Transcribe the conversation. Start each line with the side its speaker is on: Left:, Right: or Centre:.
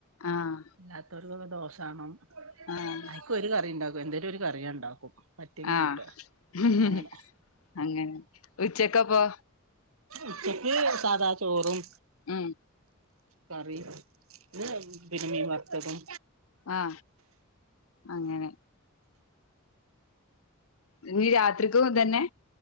Left: ആഹ്
Right: അല്ലാത്തോ ൽക്കൊക്കെ ദോശാണം
Left: ആഹ്
Right: അയ്ൽക്ക് ഒരു കറി ണ്ടാക്കും എന്തെലും ഒരു കറി ഞാൻ ണ്ടാക്കും പ റ്റെങ്ങി
Left: ആഹ്
Right: കൂട്ട അങ്ങനെ
Left: അങ്ങനെ ഉച്ചക്കപ്പോ
Right: ഉച്ചക്ക് സാധാ ചോറും
Left: ഉം
Right: കറീം <unintelligible> പിന്നെ മീൻ വർത്തതും
Left: ആ അങ്ങനെ ഇനി രാത്രിക്കും ഇതെന്നെ